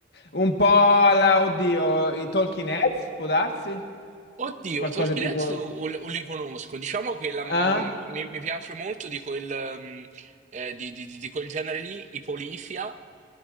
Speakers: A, on the left; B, on the right.
A: Un po' alla, oddio, i Talking Heads, può darsi?
B: oddio,
A: Qualcosa
B: Tolkien
A: tipo...
B: Heads o, o li conosco, diciamo che la-
A: Ah?
B: mm, mi, mi piace molto di quel, mm, eh, di di- di- di quel genere lì, i Polifia.